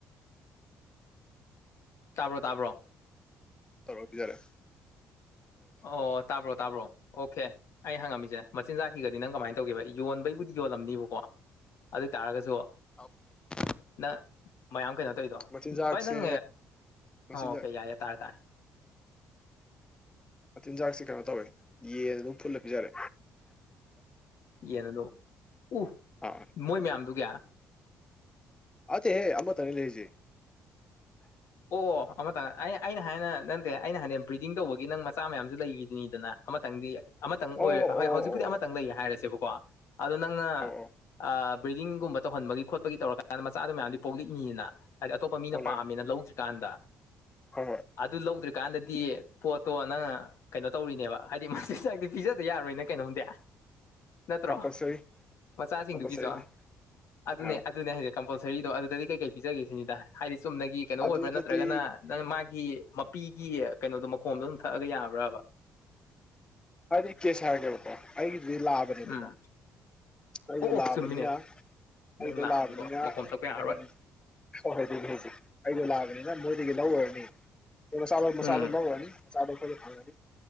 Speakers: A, on the left; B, on the left.
A: ꯇꯥꯕ꯭ꯔꯣ ꯇꯥꯕ꯭ꯔꯣ
B: ꯇꯨꯔꯛꯇ꯭ꯔꯤꯖꯥꯠꯔꯥ
A: ꯑꯣ ꯇꯥꯕ꯭ꯔꯣ ꯇꯥꯕ꯭ꯔꯣ ꯑꯣꯀꯦ ꯑꯩꯅ ꯍꯪꯉꯝꯃꯤꯁꯦ ꯃꯆꯤꯟꯖꯥꯛꯀꯤꯒꯗꯤ ꯅꯪ ꯀꯃꯥꯏꯅ ꯇꯧꯒꯦ ꯌꯣꯟꯕꯩꯕꯨꯗꯤ ꯌꯣꯜꯂꯝꯅꯤꯕꯀꯣ ꯑꯗꯨꯏ ꯇꯥꯔꯒꯁꯨꯨ
B: ꯑ <unintelligible>
A: ꯅꯪ ꯃꯌꯥꯝ ꯀꯩꯅꯣ ꯇꯧꯔꯤꯗꯣ
B: ꯃꯆꯤꯟꯖꯥꯛꯁꯦ
A: ꯚꯥꯏ ꯅꯪ
B: ꯃꯆꯤꯟꯖꯥꯛ
A: ꯑꯣ ꯀꯩ ꯌꯥꯔꯦ ꯌꯥꯔꯦ ꯇꯥꯔꯦ ꯇꯥꯔꯦ
B: ꯃꯆꯤꯟꯖꯥꯛꯁꯦ ꯀꯩꯅꯣ ꯇꯧꯋꯦ ꯌꯦꯟ ꯑꯗꯨꯝ ꯐꯨꯠꯂ ꯄꯤꯖꯔꯦ
A: ꯌꯦꯟꯗꯣ ꯎꯍ
B: ꯑꯥ
A: ꯃꯣꯏ ꯃꯌꯥꯝꯗꯨꯒꯤ
B: ꯅꯠꯇꯦꯍꯦ ꯑꯃꯇꯪꯅꯤ ꯂꯩꯔꯤꯁꯦ
A: ꯑꯣ ꯑꯃꯇꯪ ꯑ ꯑꯩꯅ ꯍꯥꯏꯅ ꯅꯪꯗꯦ ꯑꯩꯅ ꯍꯟꯗꯡ ꯕ꯭ꯔꯤꯗꯤꯡ ꯇꯧꯕꯒꯤ ꯅꯪ ꯃꯆꯥ ꯃꯌꯥꯝꯁꯨ ꯂꯩꯔꯤꯗꯨꯅꯤꯗꯅ ꯑꯃꯇꯪꯗꯤ ꯑꯃꯇꯪ ꯑꯣꯏ
B: ꯑꯣ ꯑꯣ
A: ꯍꯣꯏ
B: ꯑꯣ
A: ꯍꯧꯖꯤꯛꯄꯨꯗꯤ
B: ꯑꯣ
A: ꯑꯃꯇꯪ ꯂꯩ ꯍꯥꯏꯔꯁꯦꯕꯀꯣ ꯑꯗꯣ ꯅꯪꯅ
B: ꯑꯣ
A: ꯑꯥ ꯕ꯭ꯔꯤꯗꯤꯡꯒꯨꯝꯕ ꯇꯧꯍꯟꯕꯒꯤ ꯈꯣꯠꯄꯒꯤ ꯇꯧꯔꯀꯥꯟꯗ ꯃꯆꯥꯗꯨꯣ ꯃꯌꯥꯝꯗꯤ ꯄꯣꯛꯂꯛꯏꯅꯤꯗꯅ ꯍꯥꯏꯗꯤ ꯑꯇꯣꯞꯄ
B: ꯑꯣꯜꯂꯛꯑꯦ
A: ꯃꯤꯅ ꯄꯥꯝꯃꯤꯅ ꯂꯧꯗ꯭ꯔꯤꯀꯥꯟꯗ
B: ꯍꯣꯏ ꯍꯣꯏ
A: ꯑꯗꯨ ꯂꯧꯗ꯭ꯔꯤ ꯀꯥꯟꯗꯗꯤ ꯄꯣꯠꯇꯣ ꯅꯪ ꯀꯩꯅꯣ ꯇꯧꯔꯤꯅꯦꯕ ꯍꯥꯏꯗꯤ ꯃꯥ ꯆꯤꯟꯖꯥꯛꯇꯤ ꯄꯤꯖꯗ ꯌꯥꯔꯣꯏꯅ ꯅꯪ ꯀꯩꯅꯣꯝꯗꯤ ꯅꯠꯇ꯭ꯔꯣ
B: ꯀꯝꯄꯜꯁꯔꯤ
A: ꯃꯆꯥꯁꯤꯡꯗꯨꯒꯤꯁꯨ
B: ꯀꯝꯄꯜꯁꯔꯤꯅꯦ
A: ꯑꯗꯨꯅꯦ
B: ꯍꯥꯏꯕ
A: ꯑꯗꯨꯅꯦ ꯍꯥꯏꯖꯦ ꯀꯝꯄꯜꯁꯔꯤꯗꯣ ꯑꯗꯨꯗꯗꯤ ꯀꯩꯀꯩ ꯄꯤꯖꯒꯦ ꯁꯤꯅꯤꯗ ꯍꯥꯏꯗꯤ ꯆꯨꯝꯅꯒꯤ ꯀꯩꯅꯣ ꯑꯣꯏꯕ꯭ꯔꯥ
B: ꯑꯗꯨꯗꯗꯤ
A: ꯅꯠꯇ꯭ꯔꯒꯅ ꯅꯪ ꯃꯥꯒꯤ ꯃꯄꯤ ꯒꯤ ꯀꯩꯅꯣꯗꯣ ꯃꯈꯣꯝꯗꯣ ꯑꯗꯨꯝ ꯊꯛꯑꯒ ꯌꯥꯕ꯭ꯔꯕ
B: ꯍꯥꯏꯗꯤ ꯀꯦꯁꯔ <unintelligible> ꯑꯩꯒꯤꯗꯨꯗꯤ ꯂꯥꯛꯑꯕꯅꯦꯕꯀꯣ
A: ꯎꯝ
B: ꯑꯩꯗꯣ
A: ꯑꯣ ꯑꯣ
B: ꯂꯥꯕꯅꯤꯅ
A: ꯆꯨꯝꯃꯤꯅꯦ
B: ꯑꯩꯗꯣ
A: ꯅꯪ ꯂꯥꯛꯑꯕꯗꯤꯀꯣ
B: ꯂꯥꯕꯅꯤꯅ
A: ꯃꯈꯣꯝ ꯊꯛꯄ ꯌꯥꯔꯔꯣꯏ
B: ꯀꯔꯤ ꯍꯥꯏꯅꯤ ꯍꯣꯏ ꯑꯗꯨꯅꯦ ꯍꯧꯖꯤꯛ ꯑꯩꯗꯣ ꯂꯥꯛꯑꯕꯅꯤꯅ ꯅꯣꯏꯗꯒꯤ ꯂꯧꯔꯨꯔꯅꯤ ꯑꯣꯛ ꯃꯆꯥꯗꯣ ꯃꯆꯥꯗꯣ
A: ꯎꯝ
B: ꯂꯧꯔꯨꯔꯅꯤ ꯃꯆꯥꯗꯣ ꯑꯩꯈꯣꯅ ꯐꯪꯂꯅꯤ